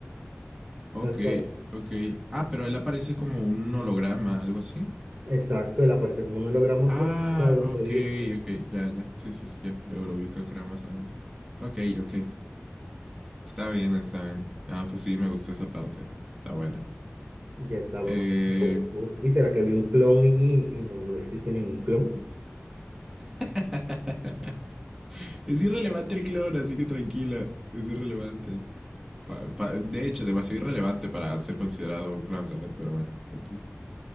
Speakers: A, in the centre; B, on the right.
A: Ok,
B: tal cual.
A: ok. Ah, pero él aparece como un holograma, algo así.
B: Exacto, él aparece como un holograma
A: Ah,
B: pues para despedirse.
A: ok, ok, ya, ya. Sí, sí, sí, ya, ya lo ubico, creo, más o menos. Ok, ok. Está bien, está bien. Ah, pues sí, me gustó esa parte. Está buena.
B: Ya estaba
A: Eh...
B: como, uf, ¿y será que había un clon y, y no, no existe ningún clon?
A: <laughs> es irrelevante el clon, así que tranquila. Es irrelevante. Pa, pa, de hecho, demasiado irrelevante para ser considerado un clown, ¿sabes? Pero bueno, X.